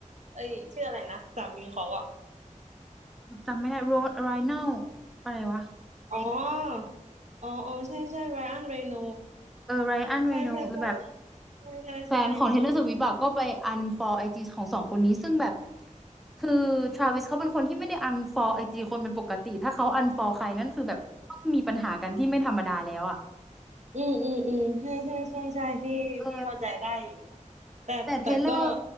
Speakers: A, on the right; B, in the centre.
A: เอ้ยชื่ออะไรนะสามีเขาอะ
B: จำไม่ได้ Rod Ryan อะไรวะ
A: อ๋ออ๋ออ๋อใช่ใช่ไบรอันเรโน
B: เออ Ryan Reynolds
A: ใช่ใช่ใช่
B: แล้วแบบ
A: ใช่ใช่ใช่
B: แฟนของ Taylor Swift อะก็ไป unfollow ไอจีของสองคนนี้ซึ่งแบบคือ Travis เขาเป็นคนที่ไม่ได้ unfollow ไอจีคนเป็นปกติถ้าเขา unfollow ใครนั่นคือแบบต้องมีปัญหากันที่ไม่ธรรมดาแล้วอะ
A: อืมอืมอืมใช่ใช่ใช่ใช่พี่พี่เข้าใจได้อยู่
B: เออ
A: แต่แต่ก็
B: แต่เทเลอร์